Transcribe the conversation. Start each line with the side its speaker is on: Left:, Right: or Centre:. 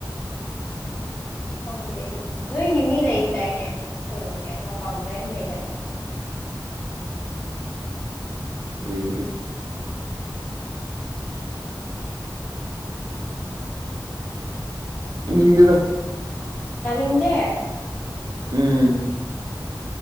Left: ꯈꯪꯗꯦ ꯑꯗꯨꯕꯨꯗꯤ ꯅꯣꯏꯒꯤ ꯃꯤ ꯂꯩꯗꯥꯏꯅꯦ ꯀꯩꯅꯣꯒꯤ ꯃꯄꯥꯟꯗꯩ ꯑꯃ ꯂꯩꯗꯥꯏ꯫
Right: ꯂꯩꯕꯅꯤ <unintelligible> ꯗꯦꯗꯥ
Left: ꯇꯥꯅꯤꯡꯗꯦ
Right: ꯎꯝ